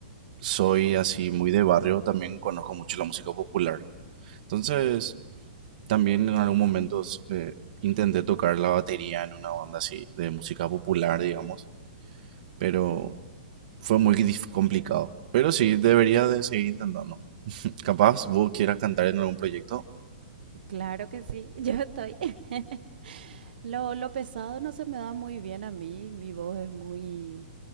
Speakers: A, on the right; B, on the right.
A: soy así muy de barrio, también conozco mucho la música popular. Entonces... También en algún momento eh, intenté tocar la batería en una banda así de música popular, digamos, pero fue muy dif- complicado. Pero sí, debería de seguir intentando. Capaz vos quieras cantar en algún proyecto.
B: Claro que sí, <laughs> yo estoy. <laughs> Lo, lo pesado no se me da muy bien a mí, mi voz es muy,